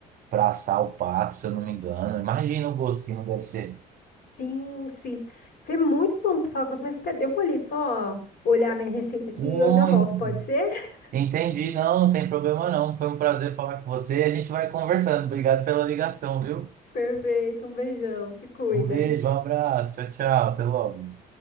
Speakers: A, on the right (about 55°); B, on the left (about 60°).
A: para assar o pato, se eu não me engano. Imagina o gosto que não deve ser.
B: Sim, sim. Foi muito bom tu falar com você, mas pera, eu vou ali só olhar minha receita aqui
A: Ui,
B: e eu já volto, pode ser? <laughs>
A: entendi, não, não tem problema não. Foi um prazer falar com você e a gente vai conversando. Obrigado pela ligação, viu?
B: Perfeito, um beijão, se cuida.
A: Um beijo, um abraço, tchau, tchau, até logo.